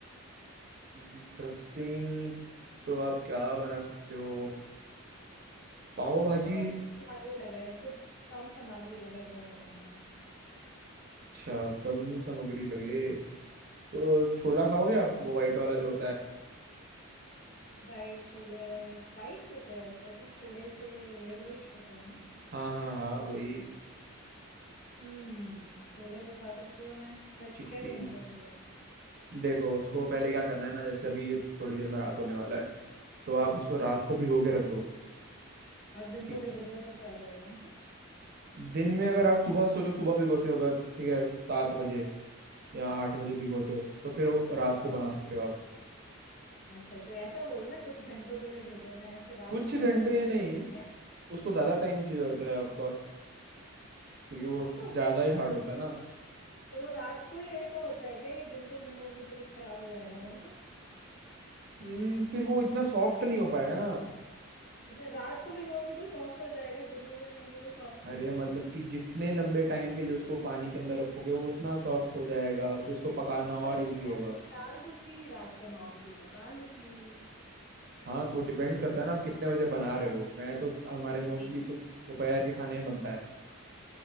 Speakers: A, on the right (about 45°); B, on the left (about 45°).
A: इंटरेस्टिंग तो आप क्या बना सकते हो पाव
B: कुछ
A: भाजी
B: जिसमें कम सामग्री लगे कुछ कम सामग्री लगे वो बताना
A: अच्छा कम सामग्री लगे तो छोला खाओगे आप वो वाइट वाला जो होता है
B: वाइट छोले वाइट होते हैं आई थिंक थोड़े से येलोइश होते हैं ना
A: हाँ हाँ हाँ वही
B: हम्म छोले तो खा सकती हूँ मैं बट
A: चिकपीस
B: कैसे बनता है ये
A: देखो उसको पहले क्या करना है ना जैसे अभी थोड़ी देर में रात होने वाला है तो आप उसको रात को भिगो के रख दो
B: और दिन
A: ठीक
B: को भिगो दिया तो क्या हो जाएगा
A: दिन में अगर आप सुबह सोचो सुबह भिगोते हो अगर ठीक है सात बजे या आठ बजे भिगोते
B: <laughs>
A: हो तो फिर वो रात को बना सकते हो आप
B: अच्छा तो ऐसा बोलो मैं कुछ घंटों के लिए भिगोना है, ऐसे रात
A: कुछ
B: को भिगोना
A: घंटे
B: जरूरी
A: नहीं
B: है
A: उसको ज्यादा टाइम चाहिए होता है ऑफ क्योंकि वो
B: हाँ तो
A: ज्यादा ही हार्ड होता है ना
B: तो वो रात को ही ऐसा होता है क्या ये दिन को भिगोंगी तो कुछ खराब हो जाएगा वो <laughs>
A: हम्म, फिर वो इतना सॉफ्ट नहीं हो पाएगा ना
B: अच्छा रात को भिगोंगी तो सॉफ्ट हो जाएगा दिन को भिगोंगी तो सॉफ्ट नहीं
A: अरे
B: होएगा
A: मतलब कि जितने लंबे टाइम के लिए उसको पानी के अंदर रखोगे वो उतना सॉफ्ट हो जाएगा फिर
B: ठीक
A: उसको
B: है ना
A: पकाना
B: सुबह
A: और इजी
B: छह
A: होगा
B: बजे डाल दूंगी रात को नौ बजे पका लूंगी
A: हाँ तो डिपेंड करता है ना आप कितने बजे बना रहे हो मैं तो हमारे मोस्टली
B: ठीक
A: तो दोपहर के खाने में बनता है